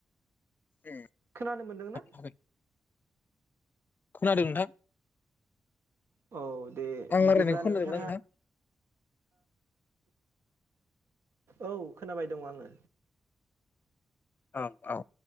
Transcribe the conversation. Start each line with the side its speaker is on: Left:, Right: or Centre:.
Left: उम
Right: खोनानो मोनदोंना?
Left: हागोन। खोनादों नोंथां।
Right: औ। दे
Left: आं
Right: बिदिब्ला
Left: ओरैनो खनजागोन्ना
Right: नोंथाङा
Left: नोंथां?
Right: औ औ खोनाबाय दङ' आङो।
Left: औ औ